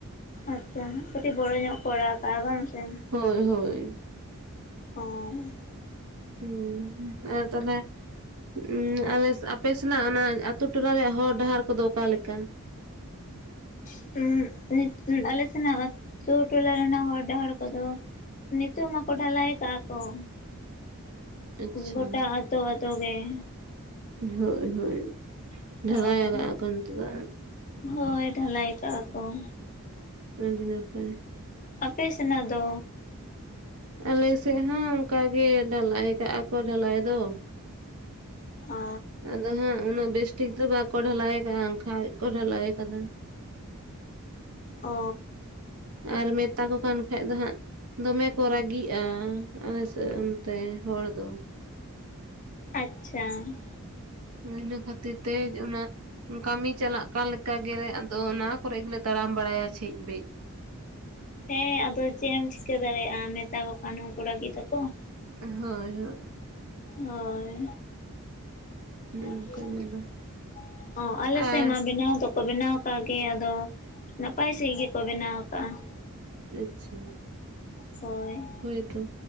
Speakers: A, on the left (about 35°); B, on the right (about 75°).
A: ᱟᱪᱪᱷᱟ ᱠᱟᱹᱴᱤᱡ ᱵᱚᱲᱚ ᱧᱚᱜ ᱠᱚ ᱟᱲᱟᱜ ᱟᱠᱟᱫᱼᱟ ᱵᱟᱝ ᱥᱮ ᱾
B: ᱦᱳᱭ ᱦᱳᱭ
A: ᱚᱻ
B: ᱦᱩᱸ ᱟᱨ ᱛᱟᱦᱚᱞᱮᱼᱼ ᱩᱸᱻ ᱟᱞᱮ ᱟᱯᱮ ᱥᱮᱱᱟᱜ ᱚᱱᱟ ᱟᱹᱛᱩ ᱴᱚᱞᱟ ᱨᱮᱭᱟᱜ ᱦᱚᱨ ᱰᱟᱦᱟᱨ ᱠᱚᱫᱚ ᱚᱠᱟ ᱞᱮᱠᱟ?
A: <unintelligible> ᱦᱮᱸ ᱟᱞᱮ ᱥᱮᱱᱟᱜ ᱟᱹᱛᱩ ᱴᱚᱞᱟ ᱨᱮᱱᱟᱜ ᱦᱚᱨ ᱰᱟᱦᱟᱨ ᱠᱚᱫᱚ, ᱱᱤᱛᱛᱩᱜ ᱢᱟᱠᱚ ᱴᱷᱟᱞᱟᱭ ᱟᱠᱟᱫᱼᱟ ᱟᱠᱚ ᱾
B: ᱟᱪᱪᱷᱟ
A: ᱜᱳᱴᱟ ᱟᱛᱳ ᱚᱛᱳ ᱜᱮ ᱾
B: ᱦᱳᱭ ᱦᱳᱭ ᱰᱟᱜᱟᱭᱟᱜᱟᱜ
A: ᱦᱳᱭ
B: ᱠᱟᱜ ᱱᱤᱛᱚᱜ ᱫᱚ
A: ᱦᱳᱭ ᱰᱷᱟᱞᱟᱭ ᱠᱟᱜᱼᱟ ᱠᱚ ᱾
B: ᱟᱹᱰᱤ ᱱᱟᱯᱟᱭ
A: ᱟᱯᱮ ᱥᱮᱱᱟᱜ ᱫᱚ?
B: ᱟᱞᱮ ᱥᱮᱫ ᱦᱚᱸ ᱚᱱᱠᱟ ᱜᱮ ᱰᱷᱟᱞᱟᱭ ᱠᱟᱜᱼᱟ ᱠᱚ ᱰᱷᱟᱞᱟᱭ ᱫᱚ ᱾
A: ᱚ ᱾
B: ᱟᱫᱚ ᱦᱟᱸᱜ ᱩᱱᱟᱹᱜ ᱵᱮᱥᱴᱷᱤᱠ ᱫᱚ ᱵᱟᱠᱚ ᱰᱷᱟᱞᱟᱭ ᱟᱠᱟᱫᱟᱼᱟ ᱟᱠᱷᱟᱡ ᱠᱚ ᱰᱷᱟᱞᱟᱭ ᱟᱠᱟᱫᱟ <inaudible>
A: ᱚ ᱾
B: ᱟᱨ ᱢᱮᱛᱟ ᱠᱚ ᱠᱟᱱ ᱠᱷᱟᱡ ᱫᱚ ᱦᱟᱸᱜ ᱫᱚᱢᱮ ᱠᱚ ᱨᱟᱹᱜᱤᱜᱼᱟ, ᱟᱞᱮ ᱥᱮᱫ ᱚᱱᱛᱮ ᱦᱚᱲ ᱫᱚ ᱾
A: ᱟᱪᱪᱷᱟ ᱾
B: ᱤᱱᱟᱹ ᱠᱷᱟᱹᱛᱤᱨ ᱛᱮ ᱚᱱᱟ ᱠᱟᱹᱢᱤ ᱪᱟᱞᱟᱜ ᱠᱟᱱ ᱞᱮᱠᱟ ᱜᱮᱞᱮ ᱟᱫᱚ ᱚᱱᱟ ᱠᱚᱨᱮ ᱜᱮᱞᱮ ᱛᱟᱲᱟᱢ ᱵᱟᱲᱟᱭᱟ ᱪᱷᱮᱡ ᱵᱮᱡ ᱾
A: ᱦᱮᱸ ᱟᱫᱚ ᱪᱮᱫ ᱮᱢ ᱪᱤᱠᱟᱹ ᱫᱟᱲᱮᱭᱟᱜᱼᱟ ᱢᱮᱛᱟ ᱠᱚ ᱠᱷᱟᱱ ᱩᱱᱠᱩ ᱨᱟᱹᱜᱤ ᱫᱚ ᱠᱚ ᱾
B: ᱦᱳᱭ ᱦᱳᱭ ᱾
A: ᱦᱳᱭ
B: ᱚᱱᱮ
A: ᱾
B: ᱚᱱᱠᱟ ᱡᱟᱞᱟ
A: ᱚ ᱟᱞᱮ ᱥᱮᱫ
B: ᱟᱨ
A: ᱢᱟ ᱵᱮᱱᱟᱣ ᱫᱚ ᱠᱚ ᱵᱮᱱᱟᱣ ᱠᱟᱜ ᱜᱮ, ᱟᱫᱚ ᱱᱟᱯᱟᱭ ᱥᱟᱦᱤᱡ ᱜᱮᱠᱚ ᱵᱮᱱᱟᱣ ᱟᱠᱟᱜᱼᱟ ᱾
B: ᱟᱪᱪᱷᱟ ᱾
A: ᱦᱚᱭ ᱾
B: ᱦᱳᱭᱛᱚ,